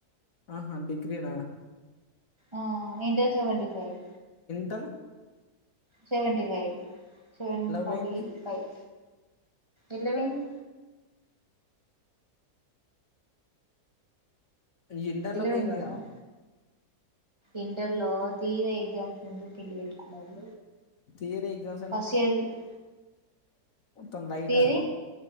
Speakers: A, on the left; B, on the right.
A: ఆహా డిగ్రీనా
B: ఆ ఇంటర్ సెవెంటీ ఫైవ్
A: టార్
B: సెవెంటీ ఫైవ్ సెవెన్ ఫార్టీ
A: పోయింది
B: ఫైవ్ ఎట్ల పోయినాయి
A: ఇంటర్లో
B: ఎట్ల
A: పోయిందిగా
B: పోయింది బను ఇంటర్ లో థియరీ ఎగ్జామ్స్ ముందు పెళ్లి పెట్టుకున్నారు
A: థియరీ ఎగ్జామ్స్ అన్ని
B: ఫస్ట్ యియర్లో
A: మొత్తం లైటా
B: థియరీ